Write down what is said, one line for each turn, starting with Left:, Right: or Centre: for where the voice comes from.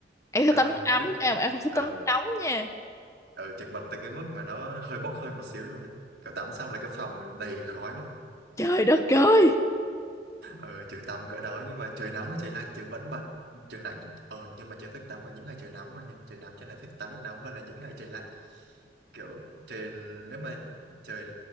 Left: An
Right: Ờ,
Left: thích tắm nước ấm
Right: nước...
Left: nha mà An không thích
Right: Ừ.
Left: tắm nước nóng nha
Right: ừ chật vật tới cái mức mà nó hơi bốc hơi một xíu luôn đấy kiểu tắm xong là cái phòng đầy khói luôn
Left: Trời đất ơi
Right: ừ trường tắm cỡ đó nhưng mà trời nắng và trời lạnh trường vẫn bật trường lạnh ờ nhưng mà trường thích tắm vào những ngày trời nóng hơn nha trời nóng trường lại thích tắm nước nóng hơn là những ngày trời lạnh kiểu trời nếu mà trời